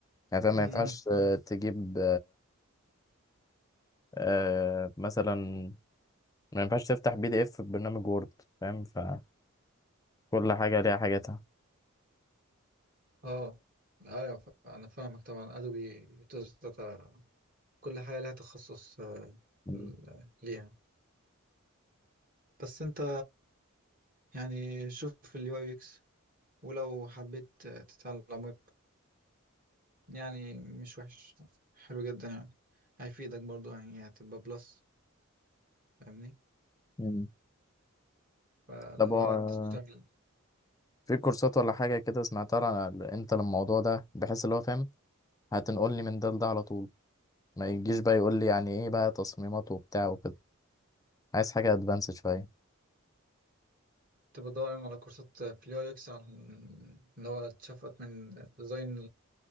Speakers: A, on the left (about 15°); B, on the right (about 40°).
A: يعني فاهم
B: امم
A: ما ينفعش آه، تجيب آه، مثلا ما ينفعش تفتح بي دي اف في برنامج وورد فاهم فكل حاجة ليها حاجاتها
B: اه ايوه ف- انا فاهمك طبعا ادوبي توز داتا كل حاجة لها تخصص آه،
A: مم.
B: ال- ليها بس انت يعني شوف اليو اي اكس ولو حبيت تتعلم ويب يعني مش وحش حلو جدا يعني هيفيدك برضو يعني هتبقى بلس فاهمني
A: مم.
B: فاللي
A: طب
B: هو
A: هو آه،
B: تشتغل
A: في كورسات ولا حاجة كده سمعتها عن ال- انت الموضوع ده بحيث اللي هو فاهم هتنقلني من ده لده على طول ما يجيش بقى يقول لي يعني ايه بقى تصميمات وبتاع وكده عايز حاجة ادفانسد شوية
B: تبقى دور على كورسات في اليو اي اكس عن اللي هو اتشفت من ديزاين